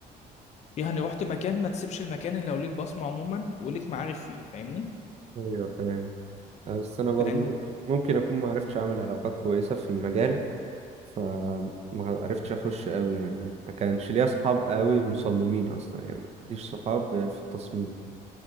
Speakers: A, on the left; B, on the right.
A: يعني رحت مكان ما تسيبش المكان اللي لو ليك بصمه عموما وليك معارف فيه فاهمني
B: ايوه فاهم آه، بس انا برضو
A: لان
B: ممكن ممكن اكون ما عرفتش اعمل علاقات كويسه في المجال فما عرفتش اخش قوي يعني ما كانش ليا اصحاب قوي مصممين اصلا يعني مفيش صحاب في التصميم